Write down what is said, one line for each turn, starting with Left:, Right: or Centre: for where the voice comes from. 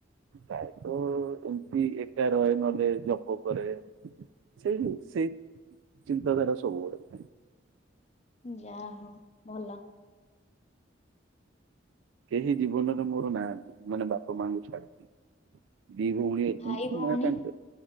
Right: ପ୍ରାୟ ତ ଏମତି ଏକା ରହେ ନହଲେ ଜପ କରେ। ସେଇ ସେଇ ଚିନ୍ତାଧାରା ସବୁବେଳେ ଥାଏ।
Left: ଯାହା ହଉ ଭଲ।
Right: କେହି ଜୀବନରେ ମୋର ନାହାନ୍ତି। ମାନେ ବାପା ମାଙ୍କୁ ଛାଡିକି। ଦି ଭଉଣି
Left: ଭାଇ
Right: <unintelligible>
Left: ଭଉଣୀ